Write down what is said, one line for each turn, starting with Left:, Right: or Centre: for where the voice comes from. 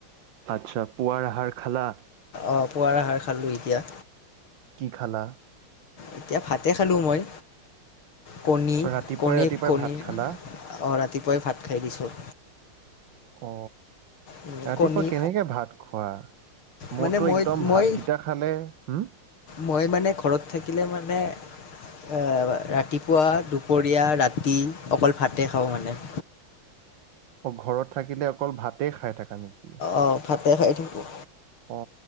Right: আচ্ছা পুৱাৰ আহাৰ খালা?
Left: অ পুৱাৰ আহাৰ খালো এতিয়া।
Right: কি খালা?
Left: এতিয়া ভাতে খালো মই। কণী-কণী-কণী।
Right: ৰাতিপুৱাই ৰাতিপুৱাই ভাত খালা
Left: অ ৰাতি পুৱাই ভাত খাই দিছোঁ।
Right: অ।
Left: উম,
Right: ৰাতিপুৱা
Left: কণী
Right: কেনেকে ভাত খোৱা? মোৰতো
Left: মানে মই
Right: একদম
Left: মই
Right: ভাতগিটা খালে, হম!
Left: মই মানে ঘৰত থাকিলে মানে, এ ৰাতিপুৱা, দুপৰীয়া, ৰাতি অকল ভাতে খাওঁ মানে।
Right: ঘৰত থাকিলে অকল ভাতেই খাই থাকা নেকি?
Left: অঁ ভাতে খাই থাকোঁ।
Right: অ,